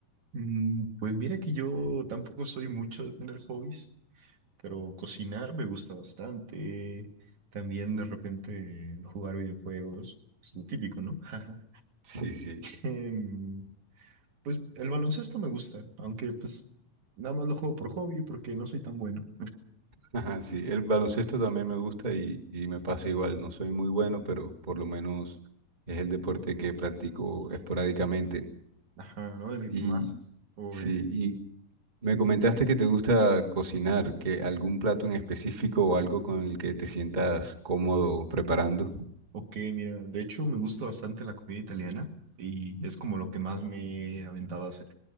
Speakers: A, on the right; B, on the right.
A: Mm, Pues mira que yo tampoco soy mucho de tener hobbies, pero cocinar me gusta bastante. También de repente jugar videojuegos, es lo típico, ¿no? <laughs>
B: Sí, sí.
A: Em, Pues el baloncesto me gusta, aunque pues nada más lo juego por hobby porque no soy tan bueno.
B: Ajá, sí, el baloncesto también me gusta y, y me pasa igual, no soy muy bueno, pero por lo menos es el deporte que practico esporádicamente.
A: Ajá, ¿no? El
B: Y
A: que más es. Ujú.
B: sí, y me comentaste que te gusta cocinar, que algún plato en específico o algo con el que te sientas cómodo preparando. <laughs>
A: Ok, mira, de hecho me gusta bastante la comida italiana y es como lo que más me he aventado a hacer,